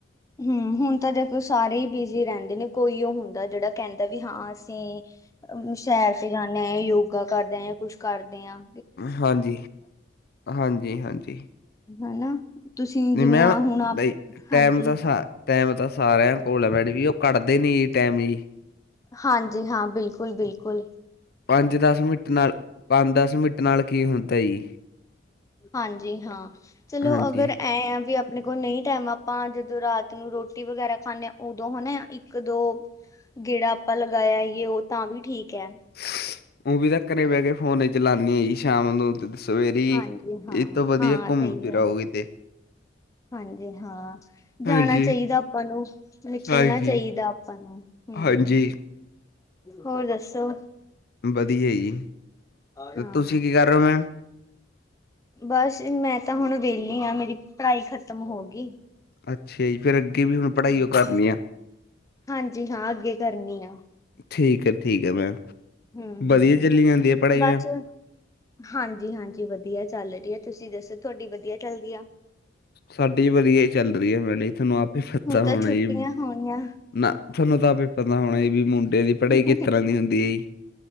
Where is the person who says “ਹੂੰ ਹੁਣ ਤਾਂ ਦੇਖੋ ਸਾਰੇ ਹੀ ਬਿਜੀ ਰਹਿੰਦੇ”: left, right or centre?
Left